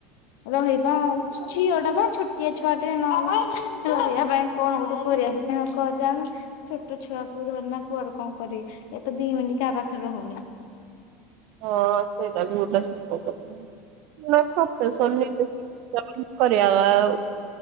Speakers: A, on the left; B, on the right.
A: ରହିବା ଆଉ। ଝିଅ ଟା ପା ଛୋଟିଆ ଛୁଆଟେ, ନହେଲେ ରହିବା ପାଇଁ କଣ ଗୋଟେ <unintelligible> ଛୋଟ ଛୁଆ କୁ ଧରି ନା କୁଆଡ଼େ କଣ କରିବି। ଇଏ ତ ଦି ମିନ୍ଟି କା ପାଖରେ ରହୁ ହୁନି।
B: ହଁ ସେ ଏଟା ବି ଗୋଟେ ସତ କଥା <inaudible> କରିବା-ଆ- ଆଉ